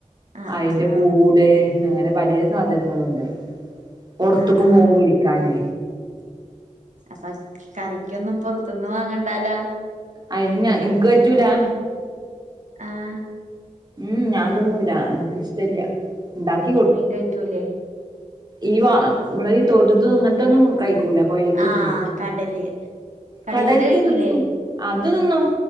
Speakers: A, on the right; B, on the right.
A: ആഹ്
B: അയിന്റെ
A: ആഹ് ആഹ്
B: കൂടേ അങ്ങനെ പലെ സാധനങ്ങളും ഉണ്ട് പൊറത്തക്കും
A: ആഹ് ആഹ്
B: പോകും
A: ആഹ്
B: പിടിക്കാന്
A: അപ്പൊ കറിക്കൊന്നും പൊറത്തുന്ന്‌ വാങ്ങണ്ടാലാ
B: അയിന് ഞ ഇനിക്ക് പറ്റൂല്ലാ
A: ആഹ്
B: ഉംഹ് ഞാൻ തിന്നൂല്ലാ എനിക്കിഷ്ടല്ല്യാ ണ്ടാക്
A: മീൻ കഴിക്കൂല്ലേ
B: ഈ വ നമ്മള ഈ തോട്ത്ത് അങ്ങനത്തൊന്നും കഴിക്കൂല്ലാ പുഴെത്തെ
A: ആഹ്
B: ഒന്നുംഏ
A: കടല് കടലത്തെ
B: കടലത്തേക്കൊന്നു
A: കഴിക്കൂലേ
B: അത് തിന്നും